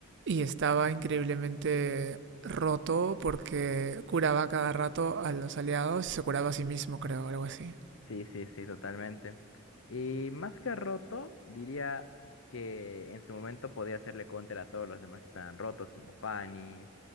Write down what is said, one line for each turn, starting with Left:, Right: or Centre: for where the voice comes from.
Right: Y estaba increíblemente roto porque curaba cada rato a los aliados y se curaba a sí mismo, creo, algo así.
Left: sí, sí, sí, totalmente. Y más que roto, diría que en su momento podía hacerle counter a todos los demás que estaban rotos, como Fanny,